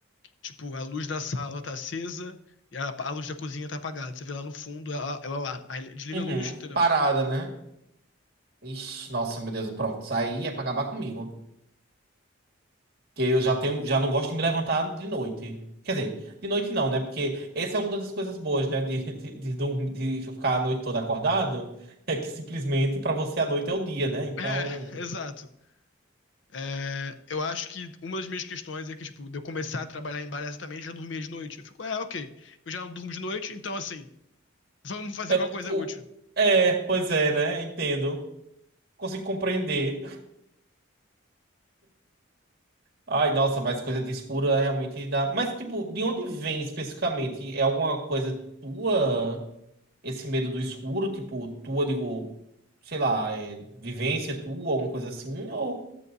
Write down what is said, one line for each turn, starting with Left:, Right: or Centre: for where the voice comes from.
Left: Tipo, a luz da sala tá acesa e a, a luz da cozinha tá apagada. Você vê lá no fundo, ela, ela lá. Aí ele desliga
Right: Uhum.
Left: a luz, entendeu?
Right: Parada, né? Ixi, nossa, meu Deus, pronto. Isso aí é pra acabar comigo. Porque eu já tenho, já não gosto de me levantar de noite. Quer dizer, de noite não, né? Porque essa é uma das coisas boas, né? De, de, de, dormir- de ficar a noite toda acordado. <laughs> É que simplesmente pra você a noite é o dia, né? Então.
Left: É, <laughs> exato. É, eu acho que uma das minhas questões é que, tipo, de eu começar a trabalhar em bar é exatamente, eu já dormia de noite. Eu fico, é, ok, eu já não durmo de noite, então assim, <laughs> vamos fazer
Right: É,
Left: alguma coisa
Right: o-
Left: útil.
Right: é, pois é, né? Entendo. Consigo compreender. Ai, nossa, mas coisa de escura realmente dá. Mas, tipo, de onde vem especificamente? É alguma coisa tua, esse medo do escuro? Tipo, tua, digo, sei lá, é vivência tua, alguma coisa assim? Ou